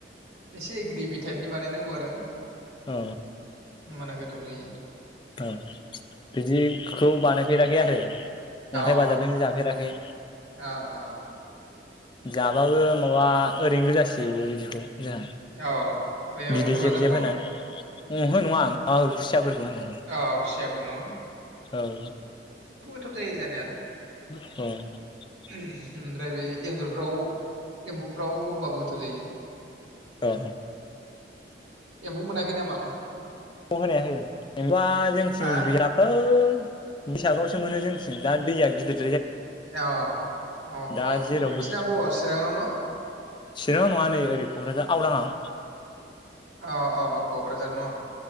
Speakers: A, on the right; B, on the left.
A: एसे ग्रिबि टाइपनि बानायनांगौ आरो होनबाना
B: औ
A: गो थाव जायो
B: औ बिदिखौ बानायफेराखै आरो अन्थाइ
A: औ
B: बाजाबजों जाफेराखै
A: अ अ
B: जाबाबो माबा ओरैनो गोजासो बिदिखौ जोंहा
A: औ बैयाव
B: बिदै
A: अन्थाइ
B: जेब
A: बाजाबखौ
B: जेब होननानै उ हो नंङा मागुर खुसियाफोरखौ होनदों
A: औ खुसियाखौ न
B: औ
A: थ' जायो जानायालाय
B: औ
A: ओमफ्राय बे एन्जरफ्राव एम्बुफ्राव होबाबो गोथाव जायो।
B: औ।
A: एम्बौ मोनाखै नामा।?
B: ब होनाया होयो जेनेबा जोंथिं
A: हा
B: गैयाखै बैसागाव मोनो जोंथिं दा दैया गिदिर
A: अ औ
B: दा
A: औ
B: जेरावबो
A: औ नोंसना बबाव चिराङाव न?
B: चिराङाव नङा नै ओरै क'क्राझार आवराङआव।
A: अ अ अ क'क्राझार न।